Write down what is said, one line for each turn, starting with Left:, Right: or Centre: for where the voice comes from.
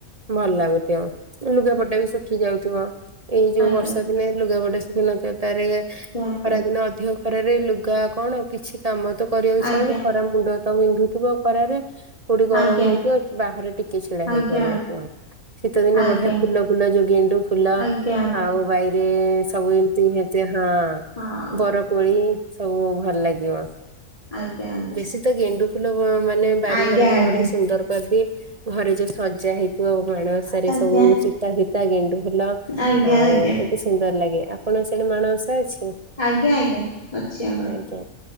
Right: ଭଲ ଲାଗୁଥିବ। ଲୁଗାପଟା ବି ଶୁଖି ଯାଉଥିବ। ଏଇ
Left: ଆଜ୍ଞା
Right: ଯୋଉ ବର୍ଷା ଦିନେ ଲୁଗାପଟା ଶୁ <unintelligible> ତାରେ
Left: ଆଜ୍ଞା
Right: ଖରାଦିନ ଅଧିକ ଖରାରେ ଲୁଗା କଣ କିଛି କାମ ତ। କରିବାକୁ
Left: ଆଜ୍ଞା
Right: ଇଚ୍ଛା ହବନି। ଖରା ମୁଣ୍ଡ ତ ବିନ୍ଧୁଥିବ ଖରାରେ। କୋଉଠି
Left: ଆଜ୍ଞା
Right: ଗରମ ହଉଥିବ ବାହାରେ ଟିକେ ଛିଡା ହେଇପାରୁ
Left: ଆଜ୍ଞା ଆଜ୍ଞା। ଆଜ୍ଞା ଆଜ୍ଞା
Right: ନଥିବ। ଶୀତ ଦିନେ
Left: ଆଜ୍ଞା ଆଜ୍ଞା
Right: ବଢିଆ ଫୁଲ ଫୁଲ ଯୋଉ ଗେଣ୍ଡୁ ଫୁଲ।
Left: ଆଜ୍ଞା ଆଜ୍ଞା।
Right: ଆଉ ବାଇରେ ସବୁ ଏମିତି <unintelligible> ହଁ
Left: ହଁ
Right: ବର କୋଳି ସବୁ ଭଲ ଲାଗିବ।
Left: ଆଜ୍ଞା ଆଜ୍ଞା
Right: ବେଶୀ ତ ଗେଣ୍ଡୁ ଫୁଲ ମାନେ ବାରିଘରକୁ
Left: ଆଜ୍ଞା ଆଜ୍ଞା।
Right: ଗୋଟେ ସୁନ୍ଦର କରିଦିଏ ଘରେ ଯୋଉ ସଜା ହେଇଥିବ ମାଣ। ବର୍ଷା ରେ
Left: ଆଜ୍ଞା ଆଜ୍ଞା
Right: ସବୁ ଚିତା, ଫିତା, ଗେଣ୍ଡୁ ଫୁଲ
Left: ଆଜ୍ଞା
Right: ଆଉ କେ ସୁନ୍ଦର ଲାଗେ। ଆପଣଙ୍କ ସିଆଡେ ମାଣବସା ଅଛି?
Left: ଆଜ୍ଞା ଆଜ୍ଞା ଅଛି ଆମର।
Right: ତା